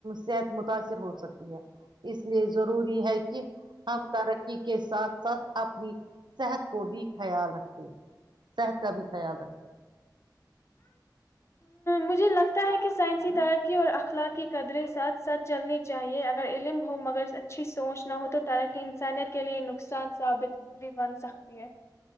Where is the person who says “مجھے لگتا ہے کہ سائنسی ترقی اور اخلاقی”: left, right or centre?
Left